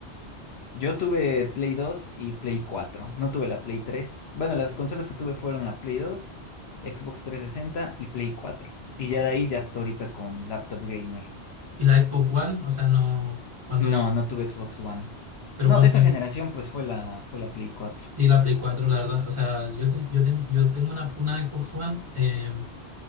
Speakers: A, on the left; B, on the right.
A: Yo tuve Play dos y Play cuatro. No tuve la Play tres. Bueno, las consolas que tuve fueron la Play dos, Xbox trescientos sesenta y Play cuatro. Y ya de ahí ya hasta ahorita con laptop gamer.
B: ¿Y la Xbox One? O sea, no, cuando,
A: No, no tuve Xbox One.
B: pero
A: No,
B: cuando,
A: de esa generación pues fue la, fue la Play cuatro.
B: sí, la Play 4, la verdad. O sea, yo, te- yo, ten- yo tengo una, una Xbox One eh,